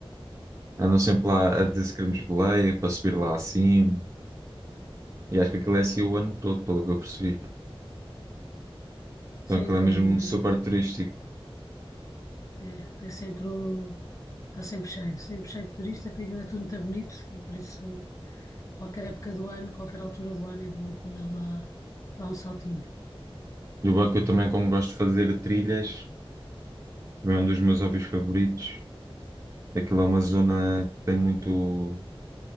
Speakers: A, on the right; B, on the left.
A: andam sempre lá a dizer se queremos boleia para subir lá acima. E acho que aquilo é assim o ano todo, pelo que eu percebi. Então
B: Sim,
A: aquilo
B: tem
A: é mesmo
B: uma,
A: super turístico.
B: é, tem sempre o, está sempre cheio, sempre cheio de turistas, porque aquilo é tudo muito bonito e por isso qualquer época do ano, qualquer altura do ano é boa para dar lá, lá um saltinho.
A: E o banco eu também, como gosto de fazer trilhas. Também é um dos meus hobbies favoritos. Aquilo é uma zona que tem muito.